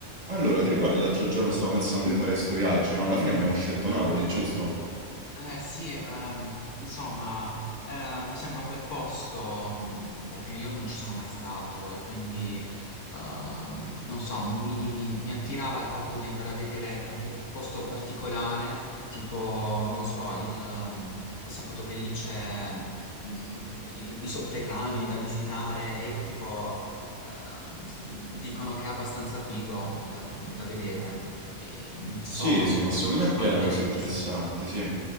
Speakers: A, on the right; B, on the left.
A: Allora, ti ricordi l'altro giorno stavo pensando di fare questo viaggio, no? Alla fine abbiamo scelto Napoli, giusto?
B: Eh, sì, ehm, insomma, eh, mi sembra un bel posto mh, perché io non ci sono mai stato e quindi, ehm, non so, mi, mi attirava il fatto di andare a vedere qualche posto particolare, tipo, non lo so, il, ehm, ho saputo che lì c'è mh, i, i sotterranei da visitare e io tipo, ehm, s- dicono che è abbastanza figo da, da vedere. E, so
A: Sì, sì,
B: che
A: ma
B: tipo,
A: secondo
B: ci
A: me è piena
B: fanno delle
A: cose interessanti,
B: visite.
A: sì.